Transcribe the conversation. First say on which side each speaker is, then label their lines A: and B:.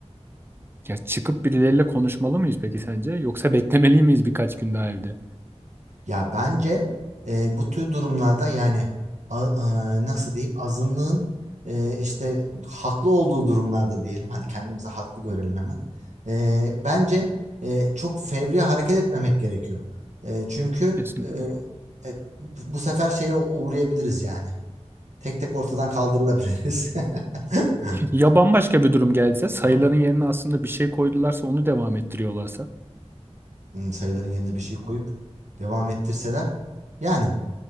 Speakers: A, on the right; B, on the right.
A: Ya çıkıp birileriyle konuşmalı mıyız peki sence? Yoksa beklemeli miyiz birkaç gün daha evde?
B: Ya bence e, bu tür durumlarda yani a- a- nasıl diyeyim azınlığın e, işte haklı olduğu durumlarda diyelim hadi kendimizi haklı görelim hemen. E, bence e, çok fevri hareket etmemek gerekiyor. E, çünkü
A: Kesin.
B: e,
A: <laughs>
B: e, bu sefer şeye uğrayabiliriz yani. Tek tek ortadan kaldırılabiliriz. <laughs>
A: Ya bambaşka bir durum gelse sayıların
B: Aha.
A: yerine aslında bir şey koydularsa onu devam ettiriyorlarsa.
B: Hmm, Sayıların yerine bir şey koyup devam ettirseler yani